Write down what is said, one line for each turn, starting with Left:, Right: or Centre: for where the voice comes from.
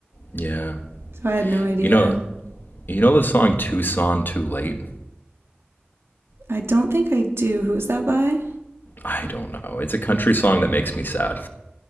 Left: Yeah,
Right: So I had no idea.
Left: you know, you know the song "Tucson Too Late."
Right: I don't think I do. Who's that by?
Left: I don't know. It's a country song that makes me sad.